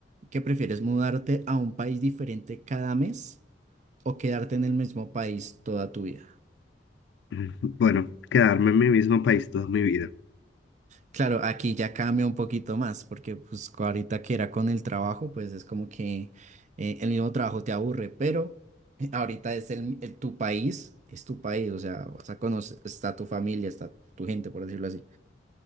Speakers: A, on the right; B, on the left.
A: ¿Qué prefieres, mudarte a un país diferente cada mes o quedarte en el mismo país toda tu vida?
B: <laughs> Bueno, quedarme en mi mismo país toda mi vida.
A: Claro, aquí ya cambia un poquito más, porque pues co- ahorita que era con el trabajo, pues es como que eh, el mismo trabajo te aburre, pero <laughs> ahorita es el, el- tu país, es tu país, o sea, vas a conocer, está tu familia, está tu gente, por decirlo así.